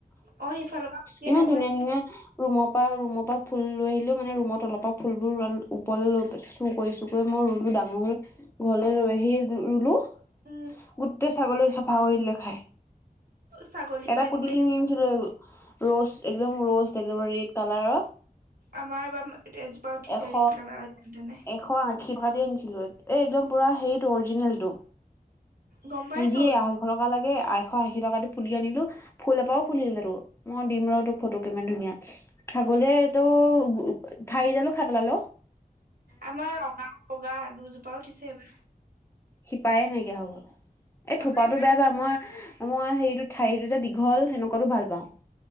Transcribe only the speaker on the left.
ইমান
ধুনীয়া
ধুনীয়া ৰুমৰ পৰা ৰুমৰ পৰা ফুল লৈ আহিলো মানে ৰুমত অলপ পৰা ফুলবোৰ ওৰলৈ লৈ চু কৰি চোৈ মই ৰুলো ডাঙৰ হ ঘৰলে ৰৈ সেই ৰুলো
গোটেই ছাগলী চাফা কৰিলে খাই
এটা
পুুলি
কিন
আনিছিলো ৰোষ্ট একদম ৰোষ্ট একদম ৰেড কালাৰ
এশ
এশ আশীৰ পৰা দি আনিছিলো এই একদম পূৰা হেৰিটো অৰিজিনেলটো
নিদিয়ে আঢ়ৈশ টকা লাগে আঢৈশ আশী টকা দি পুলি আনিলো ফুল এপ পৰাও ফুলিলে তোৰ মই দিম ৰ তোক ফটো কিমান ধুনীয়া ছাগলীয়ে তটো ঠাই জানো খাই পেলাল
শিপায়ে নাইকিয়া হৈ গল, এই থোপাটো
বেয়া <unintelligible> মই মই সেইটো ঠাৰিটো যে দীঘল, সেনেকুৱাতো ভাল পাওঁ।